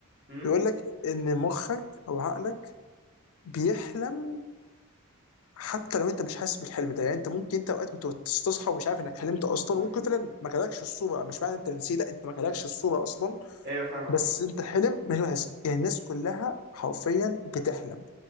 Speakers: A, on the right; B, on the left.
A: امم
B: بيقول لك ان مخك او عقلك بيحلم حتى لو انت مش حاسس بالحلم ده يعني انت ممكن انت اوقات بت- تصحى ومش عارف انك حلمت اصلا
A: أمم.
B: وممكن فعلا ما جالكش الصوره مش معنى انت نسيت لا انت ما جالكش الصوره اصلا
A: ايوه فاهمك
B: بس انت حلم مش حاسس يعني الناس كلها حرفيا بتحلم